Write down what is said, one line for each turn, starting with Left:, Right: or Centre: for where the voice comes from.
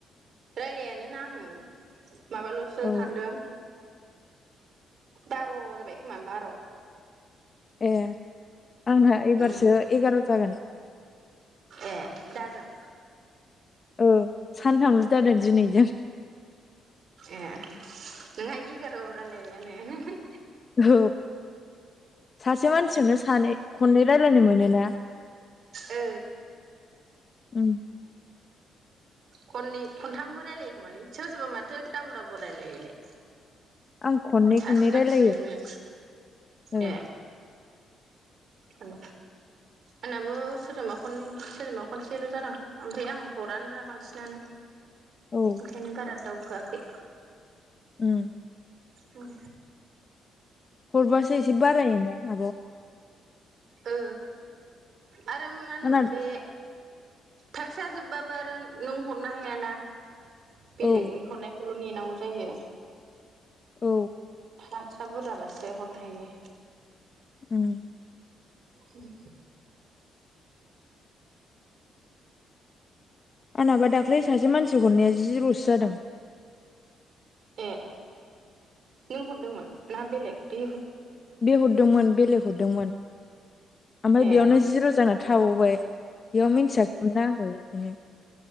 Right: रायलायानोना आङो माबाल'सो सोर
Left: औ
Right: थांदों बार' जाबाय खोमा बार'।
Left: ए आंना एबारसो
Right: उम
Left: एगार' जागोन
Right: ए दा जों
Left: औ सानथामल' जादों दिनैजों
Right: ए नोंहा एगाराव अरालायबायानो
Left: औ सासे मानसिजोंनो सानै खननै रायलायनो मोनोना?
Right: ओ
Left: उ
Right: खननै खनथामबो रायलायो खोमालै सोरबा माथो दाबल दाबल रायलायोलाय।
Left: आं खननै
Right: सासे
Left: खननै
Right: मानसिजोंनो
Left: रायलायो ओ
Right: ए उम आंनाबो सोरजोंबा खन सोरजोंबा खनसेल' जादों ओमफ्राय आं हराना बांसिन दानो
Left: औ
Right: ओंखायनो बारा दावखोआखै।
Left: उम
Right: उम
Left: हरबासो एसे बारायो ने आब'?
Right: ओ आरो मा होनो
Left: आंना
Right: बे थाखसा जोबबाबो आरो नों हरनो हायाना बेलेगनि
Left: औ
Right: हरनायखौल' नेनांगौ जायो।
Left: औ
Right: हसा बुरजा ब्लासो हरनो हायो
Left: उम
Right: उम
Left: आंहाबा दाख्लै सासे मानसि हरनाया जिरसो जादों
Right: ए नों हरदोंमोन ना बेलेग बे
Left: बे हरदोंमोन बेलेग हरदोंमोन ओमफ्राय
Right: ए
Left: बेयावनो जिर' जाना थाबोबाय बेयाव मिथियाखैमोना आंङो बेखायनो